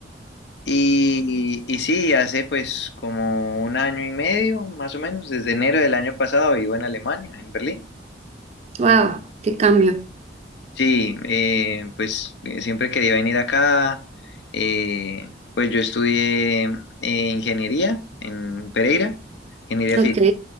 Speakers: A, on the left (about 70°); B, on the right (about 35°).
A: Y, y sí, hace pues como un año y medio, más o menos, desde enero del año pasado vivo en Alemania, en Berlín.
B: Wow, qué cambio.
A: Sí, eh, pues eh, siempre quería venir acá. eh, pues yo estudié eh, ingeniería en Pereira, ingeniería
B: Ok.
A: física,